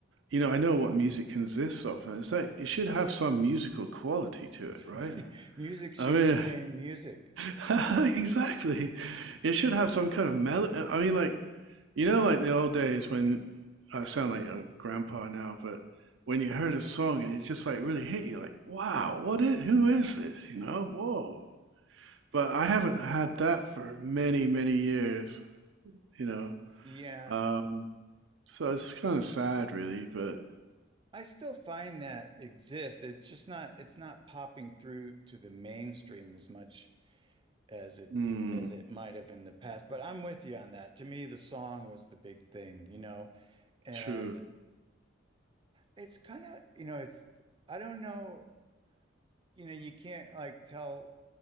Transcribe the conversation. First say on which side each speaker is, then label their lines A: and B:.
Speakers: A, on the right; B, on the right.
A: You know, I know what music consists of, and it's like it should have some musical quality to it, right?
B: <laughs> Music should
A: I mean,
B: contain music.
A: <laughs> exactly. It should have some kind of melody. I mean, like, you know, like the old days when I sound like a grandpa now, but when you heard a song and it just like really hit you, like, wow, what is, who is this? You know, whoa. But I haven't had that for many, many years, you know.
B: Yeah,
A: Um, so it's kind of sad, really, but
B: I still find that exists. It's just not it's not popping through to the mainstream as much as it
A: mm,
B: as it might have in the past. But I'm with you on that. To me, the song was the big thing, you know. And
A: sure.
B: it's kind of, you know, it's, I don't know, you know, you can't like tell